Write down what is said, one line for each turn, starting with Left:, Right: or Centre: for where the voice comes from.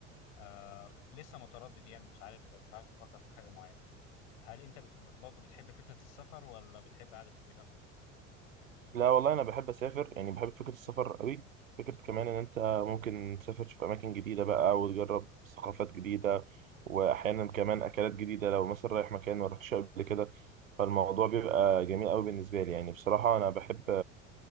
Left: آه، لسه متردد يعني مش عارف مش عارف أفكر في حاجة معينة هل أنت بت... برضه بتحب فكرة السفر ولا بتحب قعدة البيت أكتر؟
Right: لا والله انا بحب اسافر يعني بحب فكره السفر قوي فكره كمان ان انت ممكن تسافر تشوف اماكن جديده بقى وتجرب ثقافات جديده واحيانا كمان اكلات جديده لو مثلا رايح مكان ما رحتش قبل كده فالموضوع بيبقى جميل قوي بالنسبه لي يعني بصراحه انا بحب